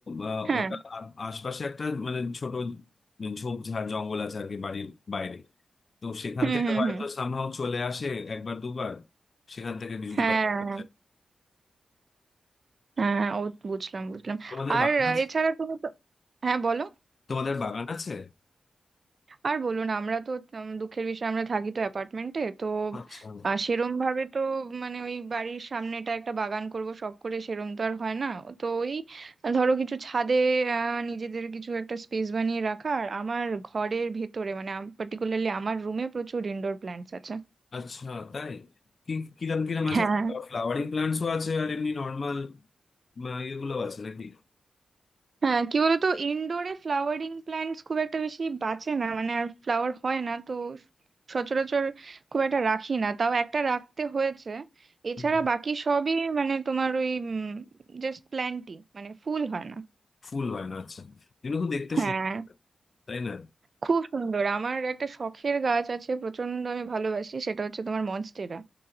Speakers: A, on the left; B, on the right.
A: আহ,
B: হ্যাঁ
A: ওটা আ- আশপাশে একটা মানে ছোট ঝোপঝাড় জঙ্গল আছে আর কি বাড়ির বাইরে তো সেখান
B: হুম
A: থেকে
B: হুম
A: হয়তো
B: হুম
A: সামহাও চলে আসে একবার দুবার সেখান থেকে বিজুটি
B: হ্যাঁ
A: পাতা করতে
B: হ্যাঁ ও বুঝলাম বুঝলাম
A: তোমাদের
B: আর
A: বাগান
B: আহ,
A: আছে
B: এছাড়া তুমি তো হ্যাঁ বলো
A: তোমাদের বাগান আছে
B: আর বলুন আমরা তো উম, দুঃখের বিষয় আমরা থাকি তো অ্যাপার্টমেন্টে তো
A: আচ্ছা
B: আহ, সেরম ভাবে তো মানে ওই বাড়ির সামনেটা একটা বাগান করব শখ করে সেরম তো আর হয় না তো ওই ধরো কিছু ছাদে আহ, নিজেদের কিছু একটা স্পেস বানিয়ে রাখা আর আমার ঘরের ভেতরে মানে পার্টিকুলারলি আমার রুমে প্রচুর ইনডোর প্ল্যান্টস আছে
A: আচ্ছা তাই কি কিরম কিরম আছে
B: হ্যাঁ
A: ফ্লাওয়ারিং প্ল্যান্টসও আছে আর এমনি নর্মাল ইয়েগুলো আছে নাকি
B: হ্যাঁ কি বলতো ইনডোরে ফ্লাওয়ারিং প্ল্যান্টস খুব একটা বেশি বাঁচে না মানে আর ফ্লাওয়ার হয় না তো সচরাচর খুব একটা রাখি না তাও একটা রাখতে হয়েছে এছাড়া
A: হুম।
B: বাকি সবই মানে তোমার ওই জাস্ট প্ল্যান্টই মানে ফুল হয় না
A: ফুল হয় না আচ্ছা এগুলো তো দেখতে
B: হ্যাঁ
A: সুন্দর তাই না
B: খুব সুন্দর আমার একটা শখের গাছ আছে প্রচন্ড আমি ভালোবাসি সেটা হচ্ছে তোমার মনস্টেরা